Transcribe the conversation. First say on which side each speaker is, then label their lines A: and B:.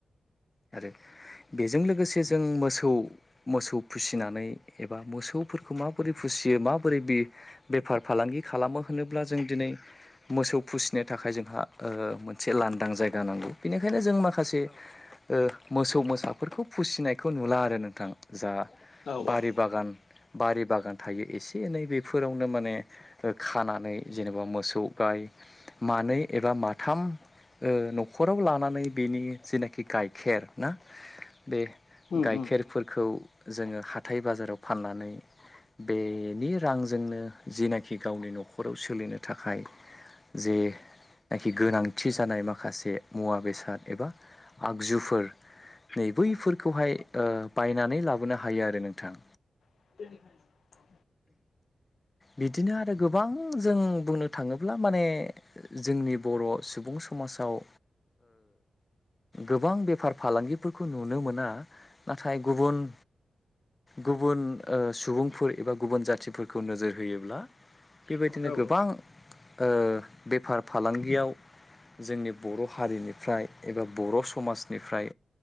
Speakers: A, on the left; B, on the left.
A: आरो बेजों लोगोसे जों मोसौ मोसौ फोसिनानै एबा मोसौफोरखौ माबोरै फोसि सियो माबोरै बे बेफार फालांगि खालामो होनोब्ला जों दिनै मोसौ फोसिनो थाखाय जोंहा मोनसे लांदां जायगा नांगौ बेनिखायनो जों माखासे ओ मोसौ मोसाफोरखौ फोसिनायखौ नुला आरो नोंथां जा
B: औ
A: बारि
B: औ
A: बागान बारि बागान थायो एसे एनै बेफोरावनो माने ओ खानानै जेनेबा मोसौ गाय मानै एबा माथाम न'खराव लानानै बेनि जेनाखि गाइखेर ना बे
B: उम
A: गाइखेरफोरखौ
B: उम
A: जोङो हाथाइ बाजाराव फाननानै बेनि रांजोंनो जनाखि गावनि न'खराव सोलिनो थाखाय जे नाखि गोनांथि जानाय माखासे मुवा बेसाद एबा आगजुफोर नै बैफोरखौहाय बायनानै लाबोनो हायो आरो नोंथां
B: <unintelligible>
A: बिदिनो आरो गोबां जों बुंनो थाङोब्ला अब्ला माने जोंनि बर' सुबुं समाजाव गोबां बेफार फालांगिफोरखौ नुनो मोना नाथाय गुबुन गुबुन सुबुंफोर एबा गुबुन जाथिफोरखौ नोजोर होयोब्ला बेबायदिनो
B: औ
A: गोबां बेफार फालांगियाव जोंनि बर' हारिनिफ्राय एबा बर' समाजनिफ्राय